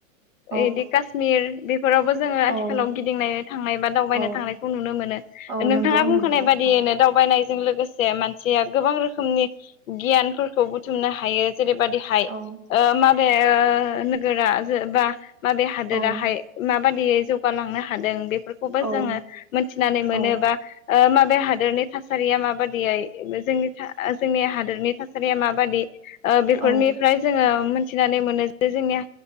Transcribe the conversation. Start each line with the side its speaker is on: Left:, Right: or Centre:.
Right: औ
Left: यिदि काश्मीर बेफोरावबो जोङो
Right: औ
Left: आथिखालाव गिदिंनो थांनाय बा दावबायनो
Right: औ
Left: थांनायखौ नुनो मो नो
Right: औ
Left: नोंथाङा
Right: नंगौ
Left: बुंखानाय
Right: नंगौ
Left: बायदियैनो
Right: औ
Left: दावबायनाय जों लोगोसे मानसिया गोबां रोखोमनि गियानफोरखौ बुथुमनो हायो जेरैबायदिहाय
Right: औ
Left: माबे नोगोरा जो बा माबे हादोराहाय
Right: औ
Left: माबादियै जौगालांनो हादों बे फोरखौबो
Right: औ
Left: जोङो मिथिनानै मोनो
Right: औ
Left: बा माबे हादोरनि थासारिया माबा जोंनि हादोरनि थासारिया माबादि बेफोरनिफ्राय
Right: औ
Left: जोङो मिथिनानै मोनो जे जोंनि